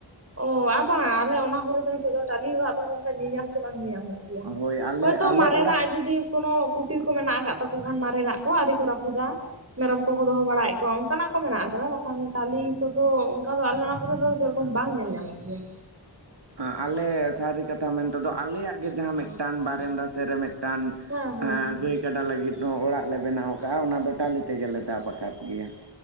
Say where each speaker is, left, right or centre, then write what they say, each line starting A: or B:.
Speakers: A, on the right; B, on the right.
A: ᱚᱻ, ᱟ ᱵᱟᱝ, ᱟᱞᱮ ᱚᱱᱟ ᱠᱚᱨᱮ ᱫᱚ, ᱱᱤᱛᱚᱜ ᱫᱚ, ᱴᱟᱞᱤ ᱚᱲᱟᱜ ᱫᱚ, ᱜᱚᱝᱠᱮ ᱧᱮᱧᱟᱢ ᱜᱮ, ᱵᱟᱝ ᱧᱮᱧᱟᱢᱚᱜ
B: ᱦᱳᱭ
A: ᱾
B: ᱟᱞᱮ
A: ᱦᱳᱭᱛᱚ,
B: ᱟᱞᱮ
A: ᱢᱟᱨᱮᱱᱟᱜ
B: ᱚᱲᱟᱜ
A: ᱡᱩᱫᱤ? ᱠᱳᱱᱳ, ᱠᱩᱴᱤᱨ ᱠᱚ ᱢᱮᱱᱟᱜ, ᱟᱠᱟᱜ ᱛᱟᱠᱚ ᱠᱷᱟᱱ, ᱢᱟᱨᱮᱱᱟᱜ ᱠᱚ, ᱟᱹᱣᱨᱤ ᱠᱚ ᱨᱟᱹᱯᱩᱫᱟ ᱾ ᱢᱮᱨᱚᱢ ᱠᱚᱠᱚ, ᱫᱚᱦᱚ ᱵᱟᱲᱟᱭᱮᱜ ᱠᱚᱣᱟ ᱾ ᱚᱱᱠᱟᱱᱟᱜ ᱠᱚ ᱢᱮᱱᱟᱜ ᱟᱠᱟᱫᱟ, ᱵᱟᱠᱷᱟᱱ, ᱴᱟᱞᱤ ᱱᱤᱛᱚᱜ ᱫᱚ, ᱚᱱᱠᱟ ᱫᱚ, ᱟᱞᱮ ᱚᱱᱟ ᱠᱚᱨᱮ ᱫᱚ, ᱥᱮ ᱨᱚᱠᱚᱢ ᱵᱟᱝ ᱧᱟᱢ ᱧᱟᱢᱚᱜ ᱜᱮᱭᱟ ᱾
B: ᱦᱟᱸ ᱟᱞᱮ ᱥᱟᱹᱨᱤ ᱠᱟᱛᱷᱟ ᱢᱮᱱᱛᱮᱫᱚ, ᱟᱞᱮᱭᱟᱜ ᱜᱮ, ᱡᱟᱦᱟᱸ ᱢᱤᱫᱴᱟᱱ, ᱵᱟᱨᱮᱱᱫᱟ ᱥᱮᱫ ᱨᱮ, ᱢᱤᱫ ᱴᱟᱱ,
A: ᱦᱮᱸ ᱦᱮᱸ
B: ᱟᱼᱦ
A: ᱦᱮᱸ
B: ᱜᱟᱹᱭ ᱠᱟᱰᱟ ᱞᱟᱹᱜᱤᱫ, ᱚᱲᱟᱜ ᱞᱮ ᱵᱮᱱᱟᱣ ᱟᱠᱟᱜᱼᱟ ᱾ ᱚᱱᱟ ᱫᱚ, ᱴᱟᱞᱤ ᱛᱮᱜᱮ ᱞᱮ, ᱫᱟᱵ ᱟᱠᱟᱫ ᱜᱮᱭᱟ ᱾